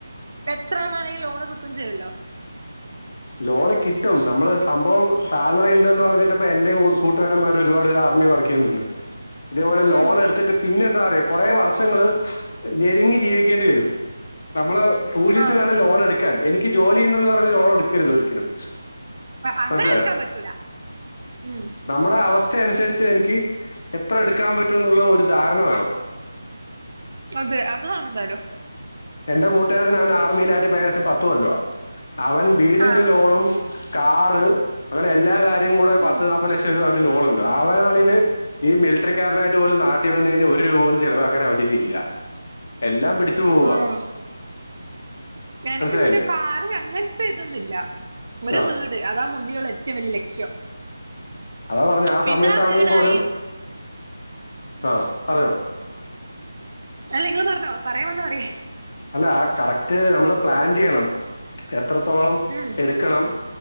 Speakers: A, on the right (about 45°); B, on the left (about 45°).
A: എത്ര വേണെങ്കിൽ ലോൺ കിട്ടും ചെയ്യുമല്ലോ
B: ലോണ് കിട്ടും നമ്മള് സംഭവം സാലറി ഉണ്ടന്ന് പറഞ്ഞിട്ടിപ്പ എന്റെ കൂട്ടുകാരന്മാ ഒരുപാട് ആർമി വർക്ക് ചെയ്യുന്നുണ്ട്.
A: <inaudible>
B: ഇതേപോലെ ലോൺ
A: ഉം
B: എടുത്തിട്ട് പിന്നെ എന്താ പററയ കുറെേ വർഷങ്ങള് ഞരുങ്ങി ജീവിക്കേണ്ടി വരും. നമ്മള് സൂക്ഷിച്ചച്ച്
A: ആഹ്
B: വേണം ലോണ് എടുക്കാൻ എനിക്ക് ജോലി ഉണ്ടന്ന് പറഞ്ഞഞ് ലോണ് എടുക്കരുത് ഒരിക്കലും
A: അങ്ങനെ
B: മനസ്സിലായോ
A: എടുക്കാൻ പറ്റൂല ഉം
B: നമ്മുടെ അവസ്ഥ അനുസരിച്ച് എനിക്ക് എത്ര എടുക്കാൻ പറ്റു എന്നുള്ള ഒരു ധാരണ വേണം.
A: അതെ അത് വേണം എന്താലും
B: എന്റെ കൂട്ടുകാരൻ അവൻ ആർമിൽ ആട്ട് ഏകദേശം പത്തു കെല്ലോ അവൻ വീടിന്റെ
A: ആഹ്
B: ലോണും കാറ് അങ്ങനെ എല്ലാ കാര്യം കൂടെ പത്ത്
A: ഉം
B: നാല്പ്പത് ലക്ഷം രൂപ അവന് ലോണ് ഉണ്ട് അവനാണെങ്കില് ഈ മിലിറ്ററി കാരനായിട്ട്പോലും നാട്ടിൽ വന്ന് കഴിഞ്ഞാൽ ഒരു രൂപ പോലും ചിലവാക്കാൻ അവൻ്റെ കയ്യിലില്ല. എല്ലാം പിടിച്ചു പോവവാ
A: ആഹ എനക്ക്
B: മനസ്സിലായില്ലേ
A: പിന്നെ കാറ് അങ്ങനത്തെ ഇതൊന്നുല്ല ഒരു
B: ആ
A: വീട് അതാ മുന്നിലുള്ള ഏ റ്റവും വല്യ ലക്ഷ്യം
B: അതാ പറഞ്ഞേ ആ
A: പിന്നെ
B: സമയത്താണെങ്കിൽ
A: വീടായി
B: പോലും
A: ഉം
B: ആഹ പറഞ്ഞോ
A: അല്ല ങ്ങള് പറഞ്ഞോ പറയാം വന്നാപറി
B: അല്ല ആ കറക്റ്റ് നമ്മൾ പ്ലാൻ ചെയ്യണം എത്രത്തോളം
A: ഉം
B: എടുക്കണം.